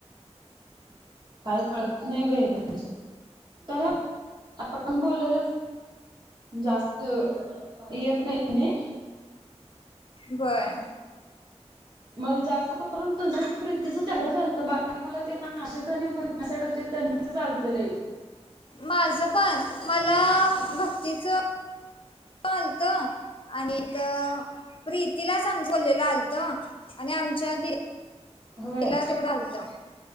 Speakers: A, on the right; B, on the left.
A: काय कळत नाही बाई यांच, डायरेक्ट आपण बोललेलच जास्त येत नाही नी.
B: व्हय.
A: मग जास्त करून तुझ प्रीतीच तेवढंच आलत बाकी मला ते नाशिक आणि होते त्यांचच आलत लई.
B: माझ पण मला भक्तीच आलत. आणि त प्रीतीला समजवलेलं आलत आणि आमच्या दि
A: होय.
B: तिला तेवढं आलत